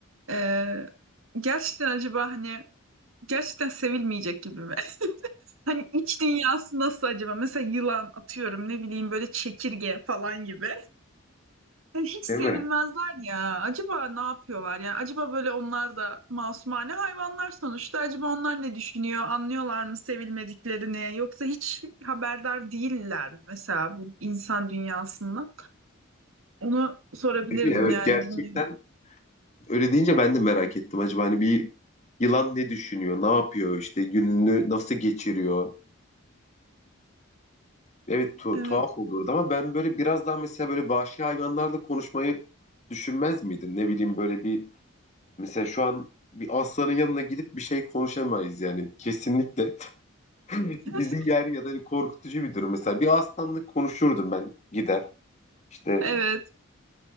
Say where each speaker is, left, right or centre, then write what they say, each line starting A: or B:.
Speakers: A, on the right (about 80°); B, on the left (about 35°).
A: Ee, gerçekten acaba hani gerçekten sevilmeyecek gibi mi? <laughs> Hani iç dünyası nasıl acaba? Mesela yılan atıyorum ne bileyim böyle çekirge falan gibi. Ya Hiç sevilmezler
B: Değil mi?
A: ya. Acaba ne yapıyorlar? Yani acaba böyle onlar da masumane hayvanlar sonuçta. Acaba onlar ne düşünüyor? Anlıyorlar mı sevilmediklerini? Yoksa hiç haberdar değiller mi mesela bu insan dünyasında? Onu sorabilirdim
B: Değil mi? Evet
A: yani
B: gerçekten
A: bilmiyorum.
B: öyle deyince ben de merak ettim. Acaba hani bir yılan ne düşünüyor, ne yapıyor işte gününü nasıl geçiriyor? Evet tu-
A: Evet.
B: tuhaf olurdu ama ben böyle biraz daha mesela böyle vahşi hayvanlarla konuşmayı düşünmez miydin? Ne bileyim böyle bir mesela şu an bir aslanın yanına gidip bir şey konuşamayız yani kesinlikle. <laughs>
A: <laughs>
B: Bizi yer ya da hani korkutucu bir durum. Mesela bir aslanla konuşurdum ben gider işte
A: Evet.